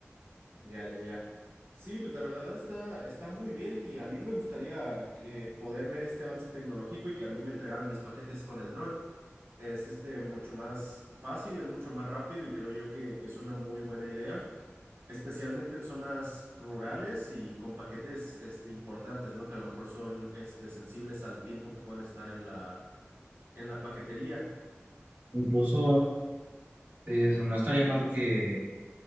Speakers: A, on the right; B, on the right.
A: Ya, ya, ya. Sí, pues la verdad está, está muy bien y a mí me gustaría eh, poder ver este avance tecnológico y que a mí me entregaran mis paquetes con el dron. Es este mucho más fácil, es mucho más rápido y creo yo que que es una muy buena idea. especialmente en zonas rurales y con paquetes este, importantes, ¿no? Que a lo mejor son este, sensibles al tiempo que puedan estar en la, en la paquetería.
B: Incluso eh, no estaría mal que